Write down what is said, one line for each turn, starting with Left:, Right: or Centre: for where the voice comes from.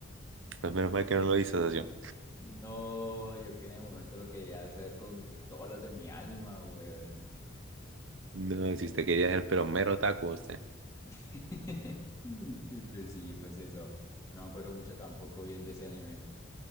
Right: pues menos mal que no lo hizo, socio.
Left: No, yo que en el momento lo quería hacer con todas las de mi alma, weón.
Right: No, si usted quería ser, pero mero otaku, usted.
Left: <laughs> Y pues sí, pues eso. No me acuerdo mucho tampoco bien de ese anime.